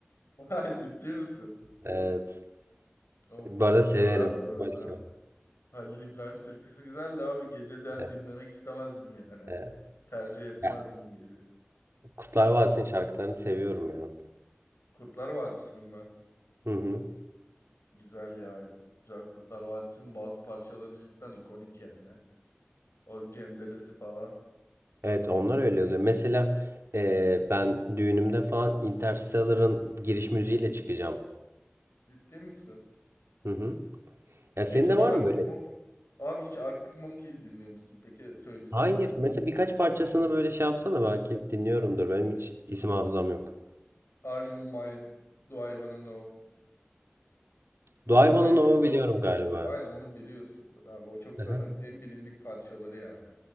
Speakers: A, on the left (about 85°); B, on the right (about 75°).
A: <laughs> Vay, Ciddi misin?
B: Evet.
A: Of
B: Bu arada severim.
A: yorar bu arada.
B: Böyle severim.
A: Halil İbrahim türküsü güzel de abi geceden
B: Evet,
A: dinlemek istemezdim yani.
B: evet.
A: Tercih etmezdim
B: Ya,
A: gece.
B: Kurtlar Vadisi'nin şarkılarını seviyorum ya.
A: Kurtlar Vadisi'nin mi?
B: Hı hı.
A: Güzel ya. Güzel Kurtlar Vadisi'nin bazı parçaları cidden ikonik yani. O cenderesi falan.
B: Evet onlar öyle oluyor. Mesela eee, ben düğünümde falan Interstellar'ın giriş müziğiyle çıkacağım.
A: Ciddi misin?
B: Hı hı. Ya senin
A: Peki
B: de
A: hiç
B: var
A: Arctic
B: mı böyle?
A: Monk... Abi hiç Arctic Monkeys dinliyor musun? Peki söyleyeceğim
B: Hayır.
A: şimdi.
B: Mesela birkaç parçasını böyle şey yapsana belki dinliyorumdur. Benim hiç isim hafızam yok.
A: Are you mine? Do I wanna know?
B: Doğayvan'ın
A: Why do
B: Ov'u
A: you call
B: biliyorum
A: me?
B: galiba.
A: Aynen onu biliyorsundur abi. O çok zaten
B: Aha.
A: en bilindik parçaları yani.